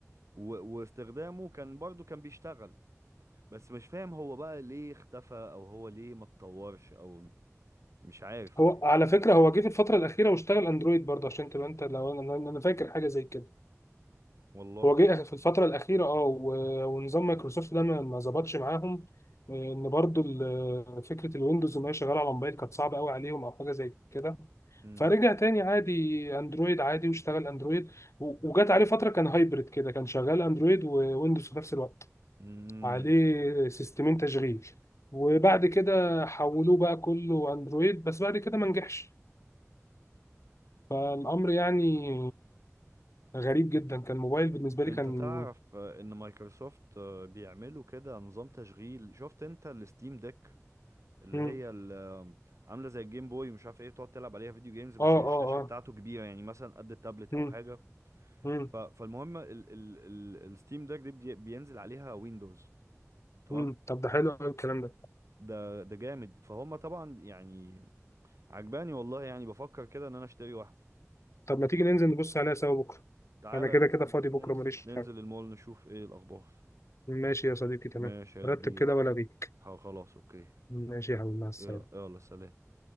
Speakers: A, on the right; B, on the left.
A: و... واستخدامه كان برضو كان بيشتغل بس مش فاهم هو بقى ليه اختفى او هو ليه ما اتطورش او مش عارف
B: هو
A: يعني
B: على فكره هو جه في الفتره الاخيره واشتغل اندرويد برضه عشان تبقى انت لو انا انا أنا فاكر حاجه زي كده
A: والله
B: هو جه في الفترة الأخيرة اه و- ونظام مايكروسوفت ده ما ما ظبطش معاهم إن برضو ال- فكرة الويندوز إن هي شغالة على موبايل كانت صعبة قوي عليهم أو حاجة زي كده
A: امم
B: فرجع تاني عادي اندرويد عادي واشتغل اندرويد و- وجات عليه فتره كان هايبرد كده كان شغال اندرويد وويندوز في نفس الوقت
A: امم
B: عليه سيستمين تشغيل وبعد كده حولوه بقى كله اندرويد بس بعد كده ما نجحش فالامر يعني غريب جدا كان موبايل بالنسبه
A: انت
B: لي كان
A: تعرف آه، ان مايكروسوفت آه، بيعملوا كده نظام تشغيل شفت انت الستيم ديك اللي
B: آه.
A: هي ال- آه، عامله زي الجيم بوي ومش عارف ايه بتقعد تلعب عليها فيديو جيمز بس
B: اه اه
A: هي الشاشه بتاعته
B: اه
A: كبيره يعني مثلا قد التابلت او
B: مم.
A: حاجه
B: مم.
A: ف- فالمهم ال ال ال الستيم ديك دي بي- بينزل عليها ويندوز تمام
B: مم. طب ده حلو قوي الكلام ده
A: ده ده جامد فهم طبعا يعني عجباني والله يعني بفكر كده ان انا اشتري واحده
B: طب ما تيجي ننزل نبص عليها سوا بكره
A: تعالى
B: انا كده
A: ننزل
B: كده فاضي
A: ننزل
B: بكره ماليش
A: ننزل
B: حاجه
A: المول نشوف ايه الاخبار
B: ماشي يا صديقي تمام
A: ماشي يا
B: رتب
A: كبير
B: كده ولا بيك
A: ح- خلاص اوكي
B: ماشي يا حبيبي مع السلامه
A: يا- يلا سلام